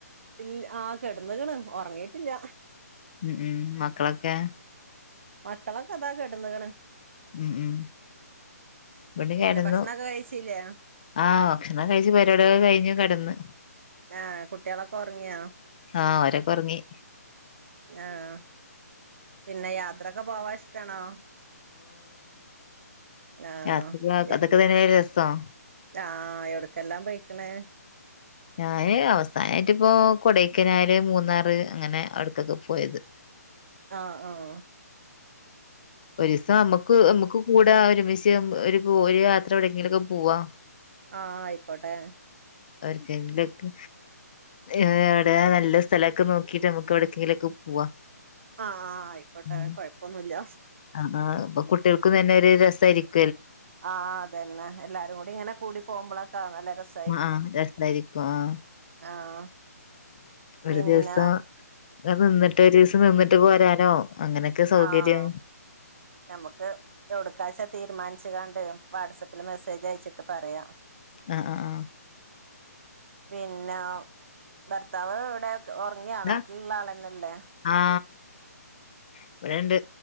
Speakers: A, on the right; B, on the left.
A: ഇല്ല ആ കിടന്നക്കണ്ണ് ഉറങ്ങിട്ടില്ല
B: ഉം ഉം മക്കളൊക്കെ
A: മക്കളൊക്കെ അതാ കെടന്ന്കണ്
B: ഉം ഉം ഇവിടെ
A: പിന്നെ
B: കിടന്നു
A: ഭക്ഷണൊക്കെ കഴിച്ചില്ലേ
B: ആ ഭക്ഷണം കഴിച്ചു പരിവാടി കഴിഞ്ഞു കിടന്ന്
A: ആഹ കുട്ടികളൊക്കെ ഉറങ്ങിയോ
B: ആഹ് ഓരൊക്കെ ഒറങ്ങി
A: ആഹ പിന്നെ യാ യാത്രൊക്കെ പോവാ ഇഷ്ടാണോ ആഹ്
B: യാത്ര അതൊക്കെ
A: എ
B: തന്നെ യല്ലേ രസം
A: ആഹ് എവിടക്കെല്ലാം പോയിക്കണ്
B: ഞാന് അവസാനമായിട്ട് ഇപ്പോ കൊടൈക്കനാല് മൂന്നാറ് അങ്ങനെ അവിടുക്കൊക്കെ പോയത്
A: ആഹ ആഹ
B: ഒരു ദിവസം നമുക്ക് നമുക്ക് കൂടാ ഒരുമിച്ചു ഒരു ഒരു യാത്ര എവിടെങ്കിലൊക്കെ പോവാ
A: ആഹ ആയിക്കോട്ടെ
B: അവർക്ക് ഇന്ത്ക്ക് ഏഹ് എവിടെയാ നല്ല സ്ഥലവൊക്കെ നോക്കിട്ട് നമ്മുക്ക് എവിടെക്കെങ്കിലൊക്കെ പോവാ
A: ആഹ ആ് ആയിക്കോട്ടെ
B: ഉം
A: കുഴപ്പൊന്നുല്ല
B: ആ ഇപ്പൊ കുട്ടികൾക്കും തന്നെ ഒരു രസായിരിക്കും
A: ആഹ് അതന്നെ എല്ലാരും കൂടി ഇങ്ങനെ കൂടി പോകുമ്പോളൊക്കെ നല്ല രസ
B: ആഹ ആഹ് രസായിരിക്കും ആഹ
A: ആഹ്
B: ഒരു
A: പിന്നെ
B: ദിവസം നിന്നിട്ട് ഒരു ദിവസം നിന്നിട്ട് പോരാനോ അങ്ങനെയൊക്കെ സൗകര്യം
A: ആഹ നമുക്ക് ഒടുക്കാശ തീരുമാനിച്ചിടണ്ട് വാട്സപ്പിൽ മെസ്സേജ് അയച്ചിട്ട് പറയാം
B: ആഹ ആഹ ആഹ
A: പിന്നെ ഭർത്താവ് ഇവിടെ ഉറങ്ങിയാ
B: എന്താ
A: നാട്ടിലുള്ള ആളന്നെല്ലേ
B: ആ ഇവിടെണ്ട്